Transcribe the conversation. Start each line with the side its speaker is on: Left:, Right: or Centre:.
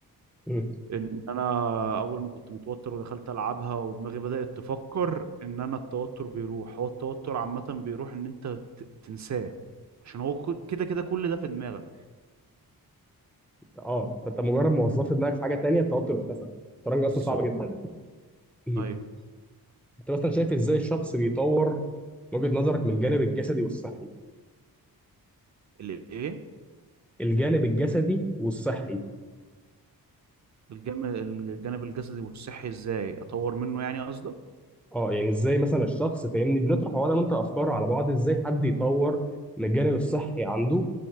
Centre: مم.
Right: ان انا اول ما كنت متوتر ودخلت العبها ودماغي بدأت تفكر ان انا التوتر بيروح هو التوتر عامة بيروح ان انت ت- تنساه عشان هو كل- كده كده كل ده في دماغك
Centre: اه فانت مجرد ما وظفت دماغك في حاجه تانية التوتر اختفى الشطرنج اصلا
Right: بالظبط
Centre: صعب جدا مم.
Right: ايوه
Centre: انت مثلا شايف ازاي الشخص بيطور من وجهة نظرك من الجانب الجسدي والصحي
Right: الايه
Centre: الجانب الجسدي والصحي
Right: الجانب الجانب الجسدي والصحي ازاي اطور منه يعني قصدك
Centre: اه يعني ازاي مثلا الشخص فاهمني بنطرح هو انا وانت افكار على بعض ازاي حد يطور من الجانب الصحي عنده